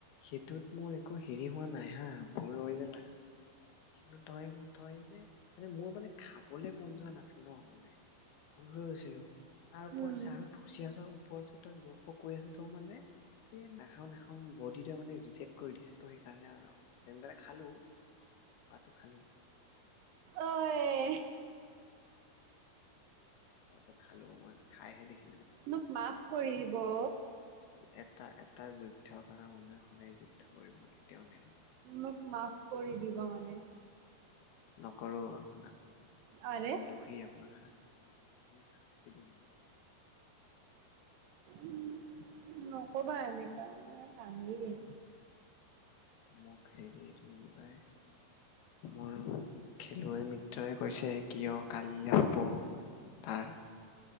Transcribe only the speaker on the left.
সেইটোত মোৰ একো হেৰি হোৱা নাই হা বমি বমি যে লা নাই কিন্তু তই তই যে মানে মোৰ মানে খাবলে মন যোৱা নাছিল ন মানে ভুল হৈ গৈছিলো। তাৰ ওপৰচে
আৰু থুচিয়াচ। তই বক বক কৰি আছ ত মানে এই নাখাও নাখাও বডিটোৱে মানে ৰিজেক্ট কৰি দিছে ত সেইকাৰণে আৰু যেনে খালো খোৱাটো খালো।
খোৱাটো খালো মই খাইহে দেখি
এটা এটা যুদ্ধ কৰা মানুহে সদায় যুদ্ধ কৰিব কেতিয়াও নেৰে।
নকৰো আপোনাক।
আপুনি দহি আপোনাৰ খা কি শাস্তি দিম?
মোক হেৰি কিবুলি কয়, মোৰ খেলুৱৈ মিত্ৰই কৈছে কিয় কালিলৈ হ'ব তাৰ